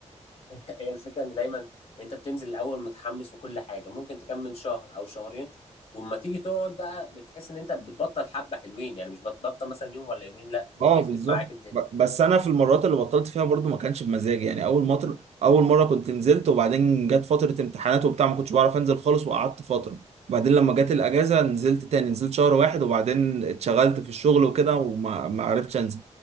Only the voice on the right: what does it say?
اه بالظبط
ب- بس انا في المرات اللي بطلت فيها برضو ما كانش بمزاجي يعني اول مطر اول مره كنت نزلت وبعدين جت فتره امتحانات وبتاع ما كنتش بعرف انزل خالص وقعدت فتره وبعدين لما جت الاجازه نزلت تاني نزلت شهر واحد وبعدين اتشغلت في الشغل وكده وما ما عرفتش انزل